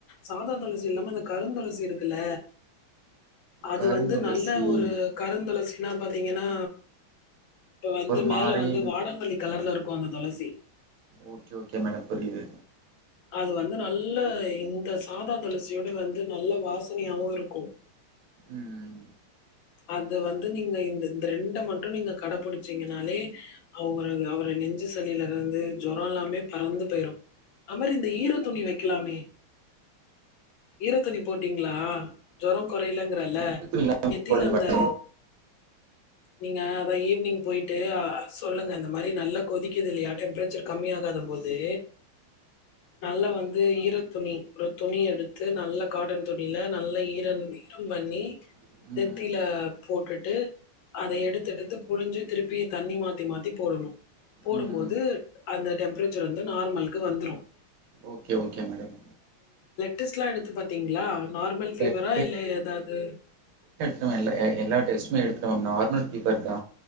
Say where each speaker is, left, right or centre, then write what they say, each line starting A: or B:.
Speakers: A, on the left; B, on the right.
A: சாதா தொளசி
B: ம்
A: ஜில்லாம அந்த கருந்தொளசி இருக்குல அது
B: கருந்துளசி
A: வந்து நல்ல ஒரு கருந்தொளசினா பாத்தீங்கனா இப்ப வந்து
B: ஒரு மாரி
A: மேல வந்து வாடாமல்லி கலர்ல இருக் கு அந்த தொளசி
B: ஓகே ஓகே மேடம் புரிது
A: அது வந்து நல்ல இந்த சாதா தொளசி விட வந்து நல்ல வாசனையாவும் இருக்கும்
B: ம்
A: அது வந்து நீங்க இந்த இந்த ரெண்ட மட்டு நீங்க கடபுடிச்சீங்கனாலே அவ்ங்ரு அவ்ரு நெஞ்சு சளிலருந்து ஜொரலாமே பறந்து போய்ரும் அமர் இந்த ஈர துணி வைக்கலாமே ஈர துணி போட்டீங்களா ஜொரோ குறைலங்றல்ல
B: ம்
A: நித் நெத்தில
B: போடல
A: அந்த
B: மேடம்.
A: நீங்க அதான் ஈவ்னிங் போய்ட்டு் ஆ சொல்லுங்க இந்த மாரி நல்லா கொதிக்கிது இல்யா டெம்பரேச்சர் கம்மி ஆகாத போது நல்லா வந்து ஈர துணி ஒரு துணி எடுத்து நல்ல காட்டன் துணில நல்ல ஈரன் ஈரம் பண்ணி
B: ம்
A: நெத்தில போட்டுட்டு அத எடுத்தெடுத்து
B: ஓகே
A: புழுஞ்சு திருப்பி தண்ணி மாத்தி மாத்தி போடணு போடும்
B: ம்
A: போது அந்த டெம்ப்ரேச்சர் வந்து நார்மல்க்கு வந்துரும்
B: ஓகே ஓகே மேடம்
A: டெஸ்ட்லா எடுத்து பாத்தீங்ளா நார்மல் ஃபீவரா
B: பிளட்
A: இல்ல ஏதாது
B: இல்ல மா இல்ல எ எ எல்லா டெஸ்டுமே எடுத்துட்ட மேம் நார்மல் பீவர் தா